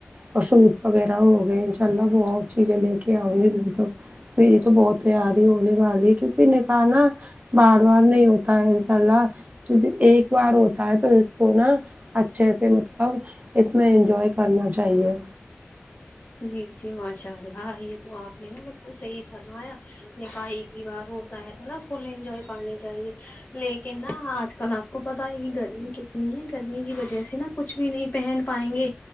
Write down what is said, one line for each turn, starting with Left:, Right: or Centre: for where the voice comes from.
Right: اور شوٹ وغیرہ ہو گئے انشاء اللہ بہت چیزیں لے کے آؤں گی میں تو میری تو بہت تیار ہی ہونے والی ہے کیونکہ نکاح نا بار بار نہیں ہوتا ہے انشاء اللہ ج ایک بار ہوتا ہے تو اس کو نا اچھے سے مطلب اس میں انجوائے کرنا چاہیے
Left: جی جی ماشاء اللہ یہ تو آپ نے نا بالکل صحیح فرمایا نکاح ایک ہی بار ہوتا ہے تو نا فل انجوائے کرنی چاہیے لیکن نا آج کل آپ کو پتا ہے کہ گرمی کتنی ہے گرمی کی وجہ سے نا کچھ بھی نہیں پہن پائیں گے